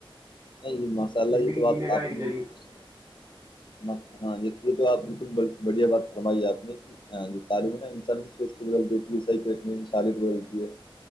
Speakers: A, on the left (about 60°); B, on the right (about 25°).
A: نہیں یہ مساللہ
B: زندگی
A: یہ تو بات
B: جینے کا
A: آپ
B: ایک
A: نے
B: ذریعہ
A: بھی پوھ م ہاں یہ یہ تو آپ نے بڑھیا بات فرمائی ہے آپ نے کہ ہ جو تعلیم ہے نا انسان کی سوچ کو بدل دیتی ہے صحیح پریش کی سالیت بدلتی ہے